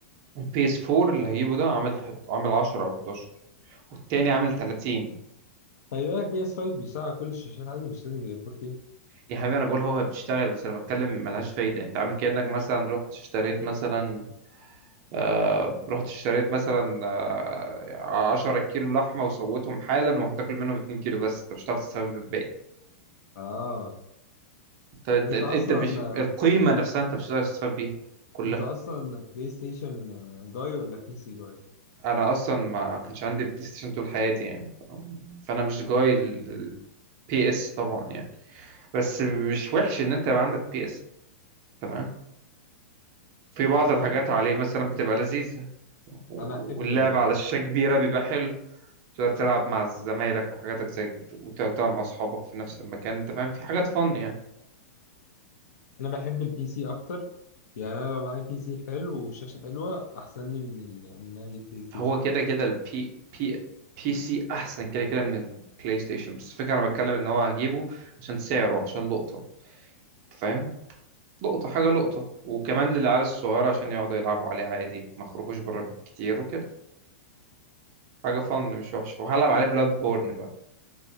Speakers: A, on the right; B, on the left.
A: البي اس 4 اللي هجيبه ده عامل حد... عامل 10 او 11 والتاني عامل 30
B: خلي بالك بي اس 5 بيشتغل على كل الشاشات عادي مش لازم يبقى 4K
A: يا حبيبي انا بقول هو بتشتغل بس انا بتكلم ملهاش فايده انت عامل كانك مثلا رحت اشتريت مثلا آه رحت اشتريت مثلا آه 10 كيلو لحمه وسويتهم حالا وهتاكل منهم 2 كيلو بس انت مش هتعرف تستفاد بالباقي
B: اه
A: ت-
B: انت
A: ت-
B: اصلا
A: انت مش القيمه
B: آه،
A: نفسها انت مش هتقدر تستفاد بيها كلها
B: انت اصلا بلاي ستيشن آه، جاي ولا بي سي جاي
A: انا اصلا ما كانش عندي بلاي ستيشن طول حياتي يعني ف- فانا مش جاي البي اس طبعا يعني بس مش وحش ان انت يبقى عندك بي اس تمام في بعض
B: انا
A: الحاجات عليه مثلا بتبقى لذيذه
B: انا احب
A: واللعب
B: ال
A: على شاشه كبيره بيبقى حلو تقدر تلعب مع زمايلك وحاجاتك زي كده وتقعد تلعب مع اصحابك في نفس المكان انت فاهم في حاجات فن يعني
B: انا بحب البي سي اكتر يعني انا لو معايا بي سي حلو وشاشه حلوه احسن لي من ال... من لعبه بلاي ستيشن
A: هو كده كده البي بي بي سي احسن كده كده من البلاي ستيشن بس الفكره انا بتكلم ان هو هجيبه عشان سعره عشان لقطه فاهم لقطه حاجه لقطه وكمان للعيال الصغيره عشان يقعدوا يلعبوا عليه عادي ما يخرجوش بره كتير وكده حاجه فن مش وحشه وهلعب عليه بلاد بورن بقى